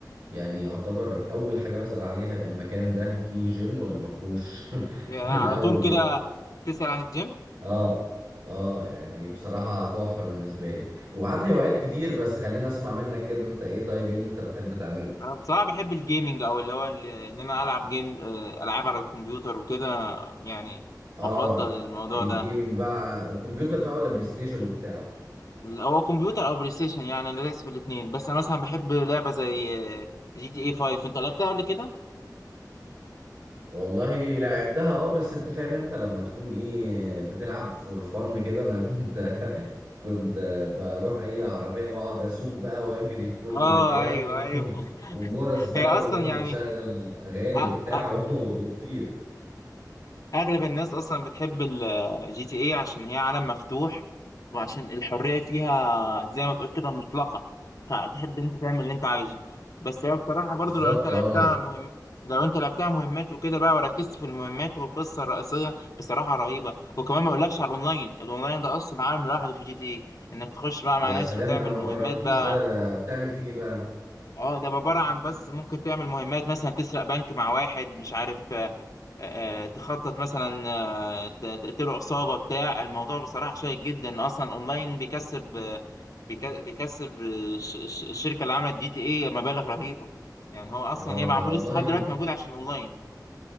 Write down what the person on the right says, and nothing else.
يعني يعتبر اول حاجه بسال عليها المكان ده فيه جيم ولا ما فيهوش <laughs>
من
الاول
جدا
اه اه يعني بصراحه تحفه بالنسبه لي وعندي هوايات كتير بس خليني اسمع منك كده انت ايه طيب ايه اللي انت بتحب تعمله
اه
الجيمنج
بقى كمبيوتر بقى ولا بلاي ستيشن وبتاع
والله لعبتها اه بس انت فاهم انت لما تكون ايه بتلعب فور فن كده انا <laughs> كنت كنت بروح اي عربية واقعد اسوق بقى واجري في كل
مكان
<laughs> وغرز بقى
و-
وتشغل اغاني
وبتاع <laughs> و- وتطير
بالظبط
اه
يا
سلام
ده انا ما
جربتوش
ده ده بتعمل فيه ايه بقى
اه
ده والله